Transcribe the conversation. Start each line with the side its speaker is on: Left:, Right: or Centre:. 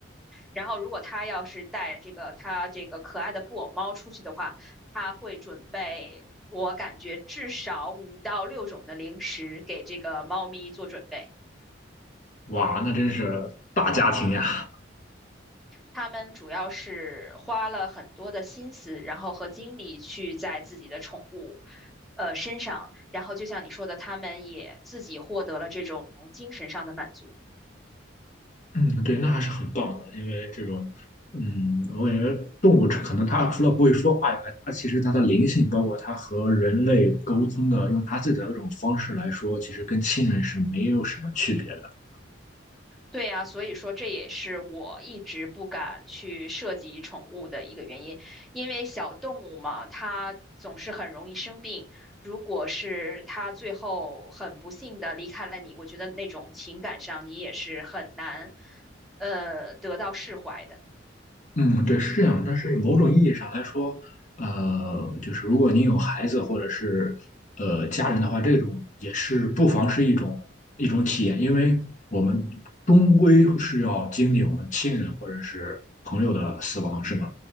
Centre: 然后如果他要是带这个他这个可爱的布偶猫出去的话，他会准备我感觉至少五到六种的零食给这个猫咪做准备。
Left: 哇，那真是大家庭呀！
Centre: 他们主要是花了很多的心思，然后和精力去在自己的宠物，呃身上，然后就像你说的，他们也自己获得了这种精神上的满足。
Left: 嗯，对，那还是很棒的，因为这种，嗯，我感觉动物可能它除了不会说话以外，它其实它的灵性，包括它和人类沟通的，用它自己的这种方式来说，其实跟亲人是没有什么区别的。
Centre: 对呀，所以说这也是我一直不敢去涉及宠物的一个原因，因为小动物嘛，它总是很容易生病。如果是它最后很不幸的离开了你，我觉得那种情感上你也是很难，呃，得到释怀的。
Left: 嗯，对，是这样。但是某种意义上来说，呃，就是如果您有孩子或者是呃家人的话，这种也是不妨是一种一种体验，因为我们终归是要经历我们亲人或者是朋友的死亡，是吗？